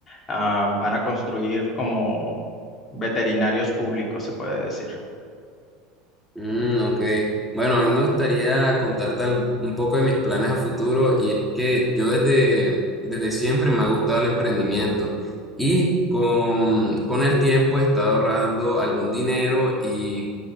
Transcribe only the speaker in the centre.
Mm, ok. Bueno, a mí me gustaría contarte al- un poco de mis planes a futuro y es que yo desde, desde siempre me ha gustado el emprendimiento y con, con el tiempo he estado ahorrando algún dinero y